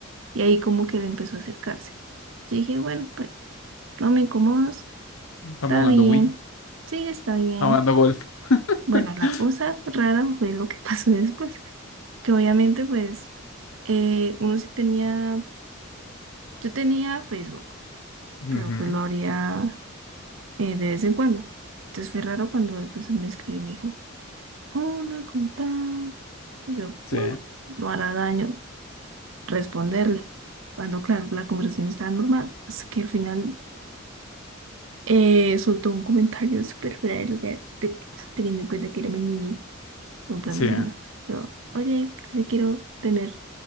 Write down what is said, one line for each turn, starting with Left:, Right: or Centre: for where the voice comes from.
Right: Y ahí como que él empezó a acercarse. Yo dije, bueno, pues no me incomodas,
Left: Estamos
Right: está
Left: jugando
Right: bien,
Left: Wii.
Right: sí, está bien.
Left: jugando golf. <laughs>
Right: Bueno, la cosa rara fue lo que <laughs> pasó después, que obviamente pues eh, uno sí tenía, yo tenía Facebook,
Left: Ujú,
Right: pero pues lo haría eh, de vez en cuando. Entonces fue raro cuando él pues me escribió y me dijo, hola, ¿cómo estás? Y yo,
Left: Sí,
Right: bueno, no hará daño responderle. Cuando claro, la conversación estaba normal, hasta que al final eh, soltó un comentario súper fuera de lugar, te- teniendo en cuenta que éramos niños, en plan
Left: sí.
Right: diciendo, yo, oye, si quiero tener